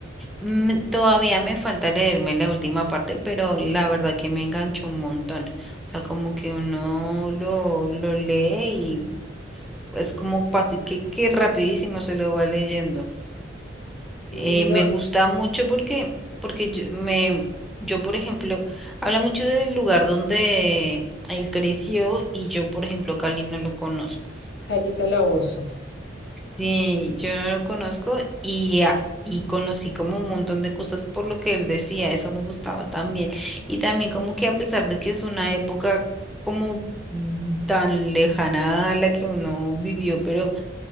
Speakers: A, in the centre; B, on the left (about 60°).
A: Mm, Todavía me falta leerme la última parte, pero la verdad que me enganchó un montón. O sea, como que uno lo, lo lee y es como fácil que, que rapidísimo se lo va leyendo.
B: Y
A: Eh,
B: no,
A: me gusta mucho porque, porque yo, me, yo, por ejemplo, habla mucho del lugar donde él creció y yo, por ejemplo, Cali no lo conozco.
B: Cali Calabozo.
A: Sí, yo no lo conozco y, a- y conocí como un montón de cosas por lo que él decía, eso me gustaba también. Y también como que a pesar de que es una época como tan lejana a la que uno vivió, pero